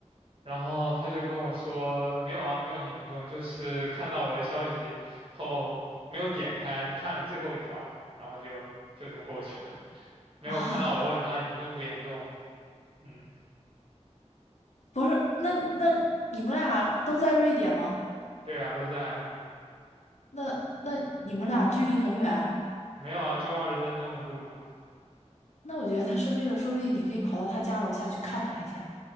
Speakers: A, on the right; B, on the left.
A: 然后他就跟我说，没有啊，没有很严重，就是看到我的消息后没有点开，就看了最后一条，然后就就这么过去了，没有看到我问他严重不严重。
B: 啊，
A: 嗯，
B: 不是，那那你们俩都在瑞典吗？
A: 对啊，都在，
B: 那那你们俩距离很远，
A: 没有啊，就二十分钟的路嘛。
B: 那我觉得他生病了，说不定你可以跑到他家楼下去看他一下。